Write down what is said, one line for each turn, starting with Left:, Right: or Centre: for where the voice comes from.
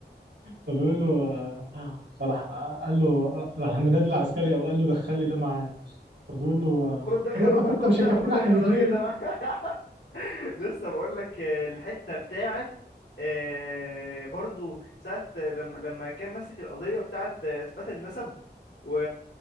Right: فبيقول له آه، فراح آه، قال له راح النادي العسكري او قال له دخل لي ده معاه فبيقول له آه،
Left: خد دخل
Right: الربع
Left: ربع
Right: كفته
Left: الكفته
Right: مش هيكفينا
Left: ودخل
Right: احنا الاثنين
Left: الراجل ده معاه <laughs> لسه بقول لك آه، الحته بتاعت آه، برضو ساعه آه، لما لما كان ماسك القضيه بتاعت آه، اثبات النسب و...